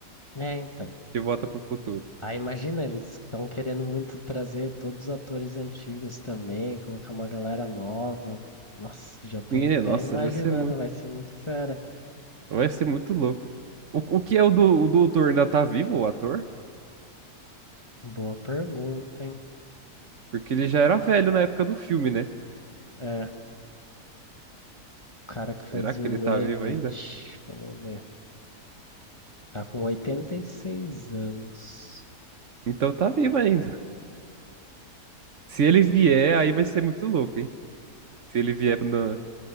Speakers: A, on the left (about 20°); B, on the right (about 55°).
A: É, então.
B: de Volta pro Futuro.
A: Aí imagina, eles estão querendo muito trazer todos os atores antigos também, colocar uma galera nova. Nossa, já tô
B: Ninguém,
A: até
B: nossa,
A: imaginando,
B: vai ser muito,
A: vai ser muito fera.
B: vai ser muito louco. O, o que é o do, o doutor ainda tá vivo, o ator?
A: Boa pergunta, hein?
B: Porque ele já era velho na época do filme, né?
A: É, o cara que fazia
B: Será que
A: o
B: ele tá
A: Emmett,
B: vivo ainda?
A: vamos ver. Tá com 86 anos.
B: Então tá vivo ainda. Se ele vier, aí vai ser muito louco, hein? Se ele vier na...